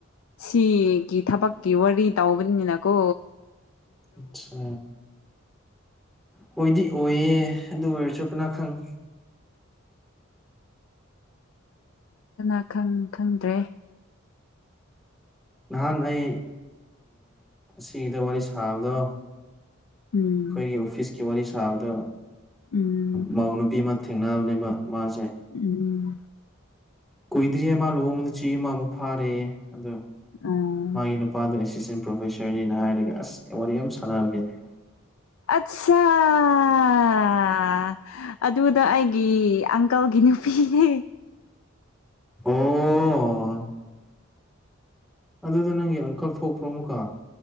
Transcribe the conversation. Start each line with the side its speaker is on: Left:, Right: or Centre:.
Left: ꯁꯤꯒꯤ ꯊꯕꯛꯀꯤ ꯋꯥꯔꯤ ꯇꯥꯎꯧꯕꯅꯤꯅꯤꯅꯀꯣ
Centre: ꯑꯆꯥ ꯍꯣꯏꯗꯤ ꯑꯣꯏꯌꯦ ꯑꯗꯨ ꯑꯣꯏꯔꯁꯨ ꯀꯅꯥ ꯈꯪ <inaudible>
Left: ꯀꯅꯥ ꯈꯪꯗ꯭ꯔꯦ
Centre: ꯅꯍꯥꯟ ꯑꯩ ꯁꯤꯒꯤꯗ ꯋꯥꯔꯤ ꯁꯥꯕꯗꯣ
Left: ꯎꯝ
Centre: ꯑꯩꯈꯣꯏꯒꯤ ꯑꯣꯐꯤꯁꯀꯤ ꯋꯥꯔꯤ ꯁꯥꯕꯗ
Left: ꯎꯝ
Centre: ꯃꯎ ꯅꯨꯨꯄꯤ ꯑꯃ ꯊꯦꯡꯅꯕꯅꯦꯕ ꯃꯥꯁꯦ
Left: ꯎꯝ
Centre: ꯀꯣꯏꯗꯔꯤ ꯃꯥ ꯂꯣ ꯃ ꯆꯤ ꯃꯃꯨ ꯐꯥꯔꯦ ꯑꯗ
Left: ꯎꯝ
Centre: ꯃꯥꯒꯤ ꯅꯨꯄꯥꯗ ꯑꯦꯁꯇꯦꯟ ꯄ꯭ꯔꯣꯐꯦꯁꯔꯅꯤꯅ ꯍꯥꯏꯔꯒ ꯑꯁ ꯑꯦꯋꯥꯔꯗ ꯌꯥꯝ ꯁꯥꯟꯕꯅꯤꯅꯦ
Left: ꯑꯠꯆꯥꯥ ꯑꯗꯨꯗ ꯑꯩꯒꯤ ꯑꯪꯀꯜꯒꯤ ꯅꯨꯄꯤꯅꯦ
Centre: ꯑꯣ ꯑꯗꯨꯗ ꯅꯪꯒꯤ ꯑꯪꯀꯜ ꯊꯣꯛꯄ꯭ꯔꯣ ꯑꯃꯨꯛꯀ